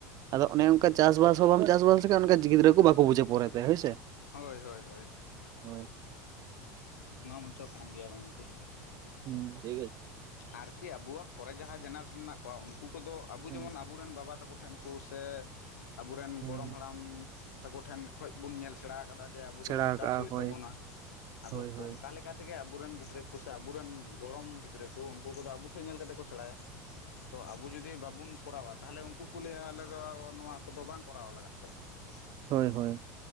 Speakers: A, on the right; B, on the left.
A: ᱟᱫᱚ ᱼᱼ ᱚᱱᱮ ᱚᱱᱠᱟ ᱪᱟᱥ ᱦᱚᱸ ᱵᱟᱢ ᱪᱟᱥᱵᱟᱥ ᱞᱮᱠᱷᱟᱱ ᱚᱱᱠᱟ ᱜᱤᱫᱽᱨᱟᱹ ᱠᱚ ᱵᱟᱠᱚ ᱵᱩᱡᱷᱟᱹ ᱯᱚᱨᱮᱛᱮ ᱦᱳᱭᱥᱮ
B: ᱦᱳᱭ ᱦᱳᱭ ᱦᱳᱭ
A: ᱦᱳᱭ
B: ᱚᱱᱟ ᱢᱚᱪᱚ ᱠᱟᱱ ᱜᱮᱭᱟ ᱜᱚᱝᱠᱮ
A: ᱦᱩᱸ ᱴᱷᱤᱠᱪ ᱟᱪᱷᱮ
B: ᱟᱨᱠᱤ ᱟᱵᱚᱣᱟᱜ ᱯᱚᱨᱮ ᱡᱟᱦᱟᱸ ᱡᱮᱱᱟᱨᱮᱥᱚᱱ ᱢᱮᱱᱟᱜ ᱠᱚᱣᱟ ᱩᱱᱠᱩ ᱠᱚᱫᱚ ᱟᱵᱚ
A: ᱦᱩᱸ
B: ᱡᱮᱢᱚᱱ ᱼᱼ ᱟᱵᱩᱨᱮᱱ ᱵᱟᱵᱟ ᱛᱟᱠᱚ ᱴᱷᱮᱱ ᱠᱩ ᱥᱮ ᱟᱵᱚᱨᱮᱱ
A: ᱦᱩᱸ
B: ᱜᱚᱲᱚᱢ ᱦᱟᱲᱟᱢ ᱛᱟᱠᱩ ᱴᱷᱮᱱ ᱠᱷᱚᱡ ᱵᱚᱱ ᱧᱮᱞ ᱥᱮᱬᱟ ᱟᱠᱟᱫᱟ ᱡᱮ ᱟᱵᱩ
A: ᱥᱮᱬᱟ
B: ᱫᱚ ᱪᱟᱥ
A: ᱠᱟᱜᱼᱟ
B: ᱦᱩᱭᱩᱜ
A: ᱦᱳᱭ
B: ᱛᱟᱵᱚᱱᱟ ᱟᱫᱚ
A: ᱦᱳᱭ
B: ᱼᱼ
A: ᱦᱳᱭ
B: ᱚᱱᱠᱟ ᱞᱮᱠᱟ ᱛᱮᱜᱮ ᱟᱵᱩ ᱨᱮᱱ ᱜᱤᱫᱽᱨᱟᱹ ᱠᱚ ᱥᱮ ᱟᱵᱩ ᱨᱮᱱ ᱜᱚᱲᱚᱢ ᱜᱤᱫᱽᱨᱟᱹ ᱠᱚ ᱩᱱᱠᱩ ᱠᱚᱫᱚ ᱟᱵᱚ ᱴᱷᱮᱱ ᱧᱮᱞ ᱠᱟᱛᱮᱫ ᱠᱚ ᱥᱮᱬᱟᱭᱟ ᱾ ᱛᱚ ᱟᱵᱚ ᱡᱩᱫᱤ ᱵᱟᱵᱩᱱ ᱠᱚᱨᱟᱣᱟ ᱛᱟᱦᱞᱮ ᱩᱱᱠᱩ ᱠᱚ ᱞᱟᱹᱭᱟ ᱟᱞᱮᱼᱼ ᱫᱚ ᱱᱚᱣᱟ ᱠᱚᱫᱚ ᱵᱟᱝ ᱠᱚᱨᱟᱣ ᱞᱟᱜᱟᱜ ᱛᱮ ᱾
A: ᱦᱳᱭ ᱦᱳᱭ